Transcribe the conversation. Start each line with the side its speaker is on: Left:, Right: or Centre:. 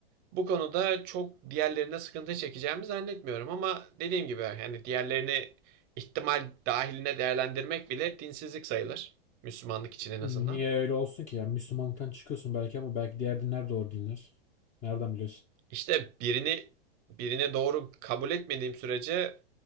Right: Bu konuda çok diğerlerine sıkıntı çekeceğimi zannetmiyorum ama dediğim gibi yani diğerlerini ihtimal dahiline değerlendirmek bile dinsizlik sayılır. Müslümanlık için en
Left: Niye
Right: azından.
Left: öyle olsun ki? Yani Müslümanlıktan çıkıyorsun belki ama belki diğer dinler de doğru dinler. Nereden biliyorsun?
Right: İşte birini birine doğru kabul etmediğim sürece